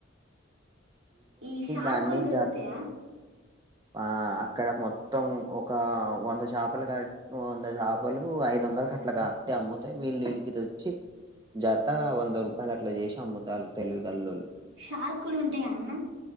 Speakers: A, on the right; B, on the right.
A: ఈ షార్కుల్
B: దాన్ని
A: దొరుకుతయా
B: జా ఆ అక్కడ మొత్తం ఒక వంద చేపలు క వంద చేపలు ఐదు వందలు కట్లు కాట్టి అమ్ముతే వీళ్ళు ఇడికి తెచ్చి జ అంత వంద రూపాయలు అట్లా జేషి అమ్ముతాలు తేల్విగల్లోల్లు
A: షార్కులుంటాయా అన్న